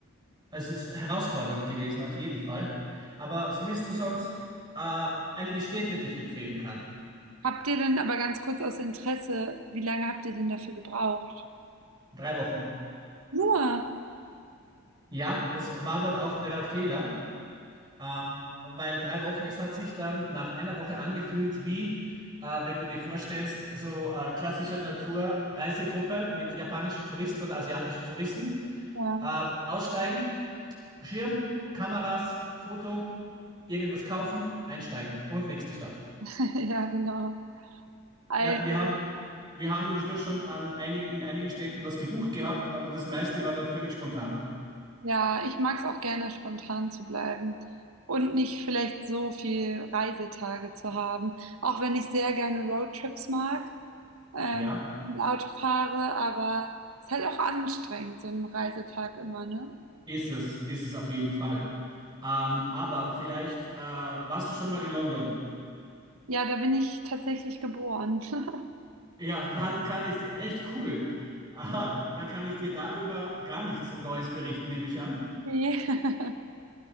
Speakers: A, on the right; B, on the right.
A: Also, Es ist herausfordernd gewesen, auf jeden Fall. Aber was willst du sonst äh, einige Städte, die ich empfehlen kann?
B: Habt ihr denn, aber ganz kurz aus Interesse, wie lange habt ihr denn dafür gebraucht?
A: Drei Wochen.
B: Nur.
A: Ja, das war dann auch der Fehler. Ähm, weil drei Wochen, es hat sich dann nach einer Woche angefühlt wie, äh, wenn du dir vorstellst, so äh, klassische Naturreisegruppe mit japanischen Touristen oder asiatischen Touristen.
B: Ja,
A: Ähm, aussteigen, Schirm, Kameras, Foto, irgendwas kaufen, einsteigen und nächste Stadt.
B: <laughs> ja, genau. Also
A: Na, wir haben, wir haben das nur schon an einigen, in einigen Städten was gebucht gehabt, aber das meiste war dann völlig spontan.
B: Ja, ich mag es auch gerne, spontan zu bleiben und nicht vielleicht so viel Reisetage zu haben. Auch wenn ich sehr gerne Roadtrips mag ähm,
A: Ja,
B: und Auto fahre, aber es ist halt auch anstrengend, so ein Reisetag immer, ne?
A: ist es, ist es auf jeden Fall. Ähm, aber vielleicht äh, warst du schon mal in London?
B: Ja, da bin ich tatsächlich geboren. <laughs>
A: Ja, dann kann ich dir, echt cool. Aha, dann kann ich dir darüber gar nichts Neues berichten, nehme ich an.
B: Nee. <laughs>